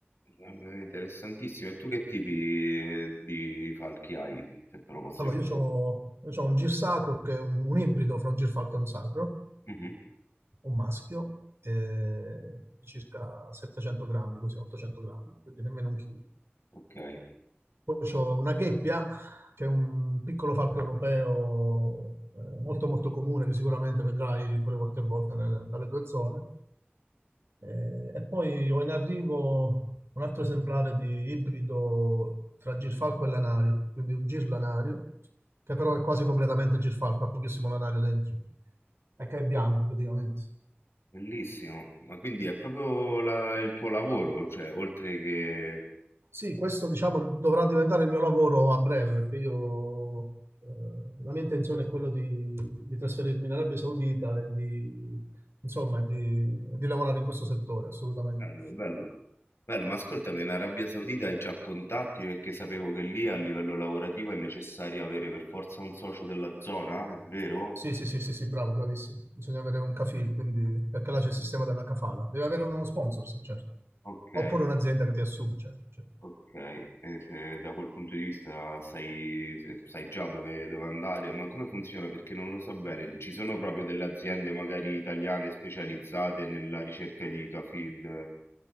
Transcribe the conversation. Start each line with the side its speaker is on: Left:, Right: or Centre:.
Left: vabbè, interessantissimo. E tu che tipi, ehm, di falchi hai, se te lo posso
Right: Allora,
Left: chiedere?
Right: io ho un girsacro che è un, un ibrido fra un girfalco e un sacro,
Left: Mh-mh,
Right: un maschio, eh, di circa 700 grammi, così, 800 grammi, quindi nemmeno un chilo.
Left: okay,
Right: Poi c'ho una gheppia, che è un piccolo falco europeo eh, molto molto comune, che sicuramente vedrai pure qualche volta nel- dalle tue zone. Eh, e poi ho in arrivo un altro esemplare di ibrido fra girfalco e lanario, quindi un girlanario, che però è quasi completamente girfalco, ha pochissimo lanario dentro, e che è bianco praticamente.
Left: bellissimo. Ma quindi è proprio la il tuo lavoro, cioè oltre che
Right: Sì, questo diciamo dovrà diventare il mio lavoro a breve perché io eh, la mia intenzione è quella di, di trasferirmi in Arabia Saudita e di, insomma, di, di lavorare in questo settore, assolutamente.
Left: bello, bello. Bello, ma ascoltami, in Arabia Saudita hai già contatti perché sapevo che lì a livello lavorativo è necessario avere per forza un socio della zona, è vero?
Right: Sì, sì, sì, sì, sì, bravo, bravissimo. Bisogna avere un kafil, quindi, perché là c'è il sistema della kafala. Devi avere uno sponsor, sì, certo.
Left: Ok,
Right: Oppure un'azienda che ti assume, certo. certo.
Left: ok, e se da quel punto di vista sai, se- sai già dove, dove andare, ma come funziona? Perché non lo so bene. Ci sono proprio delle aziende magari italiane specializzate nella ricerca di kafil?